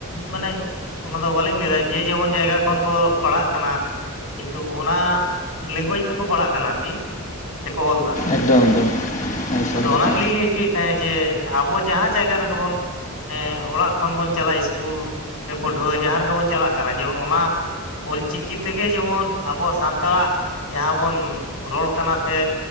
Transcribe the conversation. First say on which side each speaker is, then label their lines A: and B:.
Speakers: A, on the left (about 70°); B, on the left (about 35°).
A: ᱢᱟᱱᱮ ᱚᱱᱟ ᱫᱚ ᱵᱟᱹᱞᱤᱧ ᱞᱟᱹᱭᱫᱟ ᱡᱮ ᱡᱮᱢᱚᱱ ᱡᱟᱭᱜᱟ ᱠᱷᱚᱱ ᱠᱚ ᱯᱟᱲᱦᱟᱜ ᱠᱟᱱᱟ ᱠᱤᱱᱛᱩ ᱚᱱᱟ ᱞᱮᱝᱜᱩᱭᱮᱡᱽ ᱛᱮᱠᱚ ᱯᱟᱲᱦᱟᱜ ᱠᱟᱱᱟ ᱟᱨᱠᱤ ᱥᱮᱠᱚ ᱚᱞ ᱮᱫᱟ᱾
B: ᱮᱠᱫᱚᱢ ᱮᱠᱫᱚᱢ ᱥᱟᱹᱨᱤ
A: ᱟᱫᱚ
B: ᱠᱟᱛᱷᱟ
A: ᱚᱱᱟ ᱜᱮᱞᱤᱧ ᱞᱟᱹᱭ ᱦᱚᱪᱚᱭᱮᱫ ᱛᱟᱦᱮᱸᱫ ᱡᱮ ᱟᱵᱚ ᱡᱟᱦᱟᱸ ᱡᱟᱭᱜᱟ ᱨᱮᱜᱮ ᱵᱚᱱ ᱦᱮᱸ ᱚᱲᱟᱜ ᱠᱷᱚᱱ ᱵᱚᱱ ᱪᱟᱞᱟᱜᱼᱟ ᱤᱥᱠᱩᱞ ᱥᱮ ᱯᱟᱹᱴᱷᱩᱣᱟᱹ ᱡᱟᱦᱟᱸ ᱨᱮᱜᱮ ᱵᱚᱱ ᱪᱟᱞᱟᱜ ᱠᱟᱱᱟ ᱡᱮᱢᱚᱱ ᱚᱱᱟ ᱚᱞᱪᱤᱠᱤ ᱛᱮᱜᱮ ᱡᱮᱢᱚᱱ ᱟᱵᱚᱣᱟᱜ ᱥᱟᱱᱛᱟᱲᱟᱜ ᱡᱟᱦᱟᱸ ᱵᱚᱱ ᱨᱚᱲ ᱠᱟᱱᱟ ᱥᱮ